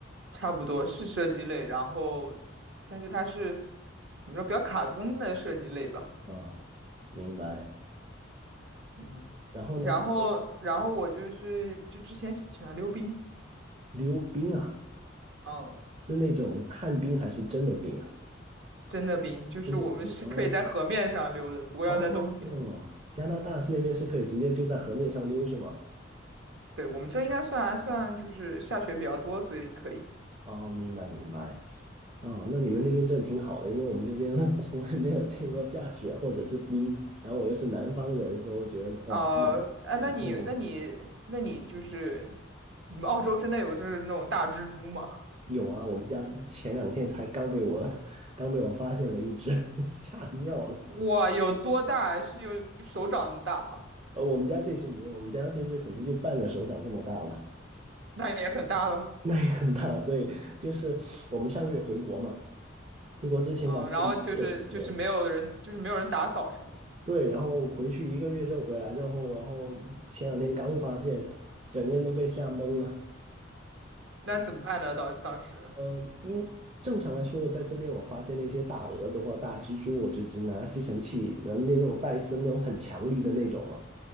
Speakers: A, on the right (about 60°); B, on the right (about 30°).
A: 差不多是射击类，然后，但是它是怎么说，比较卡通的射击类吧，
B: 啊，明白。
A: 嗯，
B: 然后呢，
A: 然后，
B: 有
A: 然后我就是就之前喜欢溜冰，
B: 溜冰啊，
A: 嗯，
B: 是那种旱冰还是真的冰啊？
A: 真的冰，就是我们是可以在河面上溜的，
B: 真的冰哦
A: 不过要在冬天。
B: 哦，加拿大是那边是可以直接就在河面上溜是吗？
A: 对，我们这应该算还算就是下雪比较多，所以可以。
B: 哦，明白明白。哦，那你们那边真的挺好的，因为我们这边 <laughs> 从来没有见过下雪或者是冰，然后我又是南方人，所以我觉得哇，
A: 呃，
B: 真的好羡慕。
A: 哎，那你，那你，那你就是，你们澳洲真的有就是那种大蜘蛛吗？
B: 有啊，我们家前两天才刚被我 <laughs> 刚被我发现了一只，<laughs> 吓尿了。
A: <laughs> 哇，有多大？是有手掌那么大吗？
B: 呃，我们家这只没有，我们家这只可能就半个手掌这么大吧，
A: 那也很大了。
B: 那也很大。对，就是我们上个月回国嘛，回国之前把家里见了一遍，
A: 嗯，然后就是就是没有人，就是没有人打扫是吗？
B: 对，然后回去一个月之后回来之后，然后前两天刚发现，整个人都被吓懵了。
A: 那怎么办呢？当当时
B: 嗯，因正常来说，在这边我发现那些大蛾子或大蜘蛛，我就只拿吸尘器，然后那那种戴森那种很强力的那种嘛。